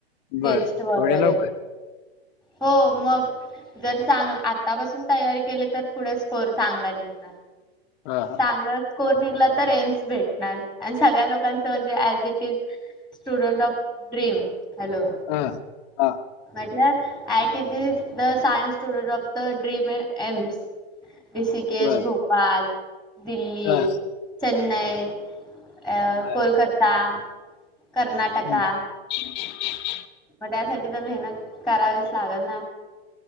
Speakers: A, on the left; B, in the centre.
A: बर
B: टेस्ट वगैरे
A: एवढ्या लवकर
B: हो मग जर चांग आतापासून तयारी केली तर पुढे स्कोर चांगला निघणार
A: हा हा
B: चांगलंच स्कोअर निघला तर एम्स भेटणार आणि सगळ्या लोकांचं म्हणजे as it is student of dream hello
A: हा हा
B: म्हटल्या it is the science student of the dream AIIMS Rishikesh
A: बर
B: भोपाल दिल्ली
A: हा
B: चेन्नई अ
A: बर
B: कोलकाता कर्नाटका
A: हम्म. <inaudible>
B: त्यासाठी तर मेहनत करावीच लागल ना